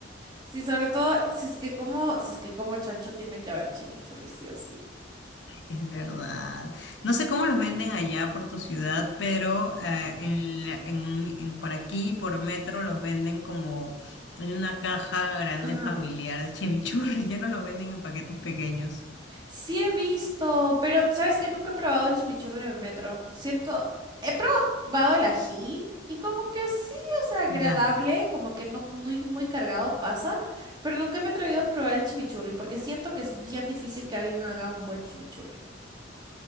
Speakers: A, on the right; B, on the left.
A: Sí, sobre todo, si es que como, si es que como chancho tiene que haber chimichurri, sí o sí.
B: Es verdad. No sé cómo los venden allá por tu ciudad, pero eh, en, la- en- en- por aquí, por metro, los venden como en una caja grande
A: Ajá.
B: familiar de chimichurri. <laughs> Ya no los venden en paquetes pequeños.
A: Sí he visto, pero sabes que nunca he probado el chimichurri en el metro. Siento, he probado el ají y como que sí, o sea, agradable,
B: Ya.
A: como que no muy, muy cargado pasa, pero nunca me he atrevido a probar el chimichurri porque siento que es bien difícil que alguien haga un buen chimichurri.